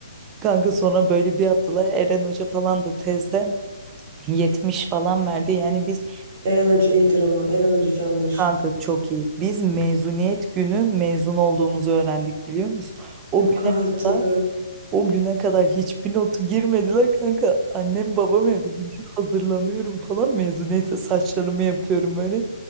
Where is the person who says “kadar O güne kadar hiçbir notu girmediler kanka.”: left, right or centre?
Right